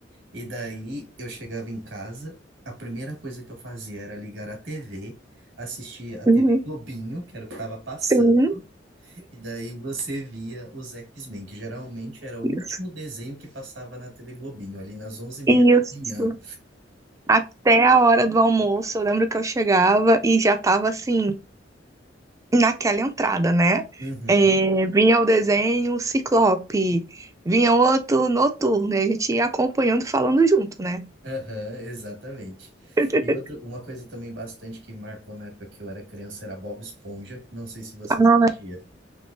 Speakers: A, on the right; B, on the right.
A: E daí eu chegava em casa, a primeira coisa que eu fazia era ligar a TV, assistir a
B: Uhum.
A: TV Globinho, que era o que estava passando,
B: sim,
A: e daí você via os X-Men, que geralmente era o
B: Isso.
A: último desenho que passava na TV Globinho, ali nas onze e meia
B: Isso.
A: da manhã.
B: Até a hora do almoço, eu lembro que eu chegava e já tava assim. naquela entrada, né?
A: Uhum.
B: É, vinha o desenho Ciclope, vinha outro Noturno, e a gente ia acompanhando, falando junto, né?
A: Aham, exatamente.
B: <laughs>
A: E outra, uma coisa também bastante que marcou na época que eu era criança era Bob Esponja. Não sei se você
B: Ah,
A: assistia.